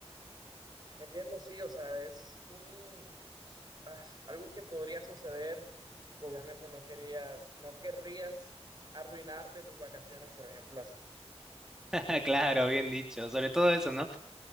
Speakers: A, on the right; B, in the centre.
A: Entiendo, sí, o sea, es un ah, algo que podría suceder y que obviamente no querías, no querrías arruinarte tus vacaciones, por ejemplo, así.
B: <laughs> Claro, bien dicho, sobre todo eso, ¿no?